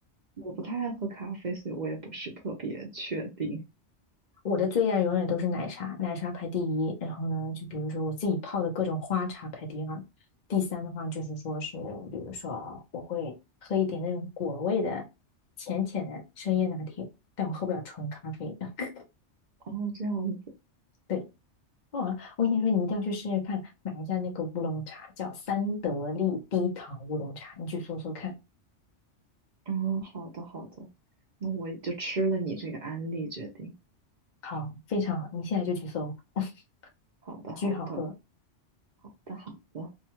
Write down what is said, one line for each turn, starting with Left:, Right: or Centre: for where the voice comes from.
Right: 我不太爱喝咖啡，所以我也不是特别确定。
Left: 我的最爱永远都是奶茶，奶茶排第一。然后呢，就比如说我自己泡的各种花茶排第二，第三的话就是说是，比如说我会喝一点那种果味的浅浅的深夜拿铁，但我喝不了纯咖啡。<laughs>
Right: 哦，这样子，
Left: 对，哦，我跟你说，你一定要去试试看，买一下那个乌龙茶，叫三得利低糖乌龙茶，你去搜搜看。
Right: 嗯，好的好的，那我就吃了你这个安利决定。
Left: 好，非常好，你现在就去搜，<laughs>
Right: 好的好的
Left: 巨好喝。
Right: 好的好的。